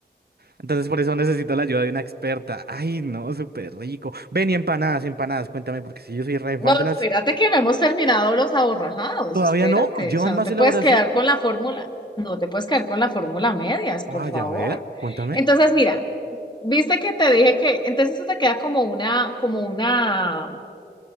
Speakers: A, on the right; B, on the left.
A: Entonces por eso necesito la ayuda de una experta. Ay, no, súper rico. Ven y empanadas, empanadas, cuéntame, porque si yo soy re
B: No,
A: fan de las...
B: espérate que no hemos terminado los aborrajados.
A: ¿Todavía
B: Espérate,
A: no? ¿Llevan
B: o sea,
A: más
B: no te
A: elaboración?
B: puedes quedar con la fórmula. No te puedes quedar con la fórmula a medias,
A: Vaya,
B: por favor.
A: a ver, cuéntame.
B: Entonces, mira, viste que te dije que entonces eso te queda como una, como una